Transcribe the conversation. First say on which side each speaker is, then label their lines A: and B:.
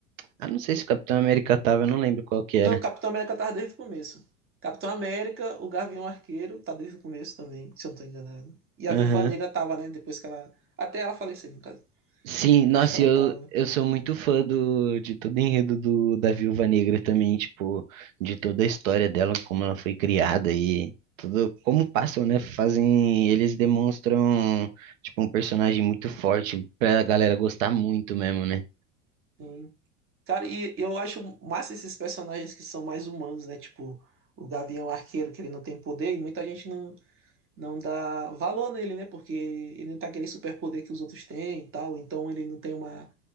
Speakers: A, on the right; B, on the right.
A: ah, não sei se o Capitão América tava, eu não lembro qual que
B: Não,
A: era.
B: Capitão América tava desde o começo. Capitão América, o Gavião Arqueiro, tá desde o começo também, se eu não tô enganado. E a
A: Aham.
B: Viúva Negra tava, né? Depois que ela. Até ela falecer, no caso.
A: Sim,
B: Eu
A: nossa,
B: acho que ela
A: eu
B: tava.
A: eu sou muito fã do de todo o enredo do da Viúva Negra também, tipo, de toda a história dela, como ela foi criada e tudo, como passam, né? Fazem, eles demonstram tipo um personagem muito forte pra galera gostar muito mesmo, né?
B: Sim. Cara, e eu acho massa esses personagens que são mais humanos, né? Tipo, o Gavião Arqueiro, que ele não tem poder, e muita gente não. não dá valor nele, né? Porque ele não tem aquele superpoder que os outros têm e tal, então ele não tem uma,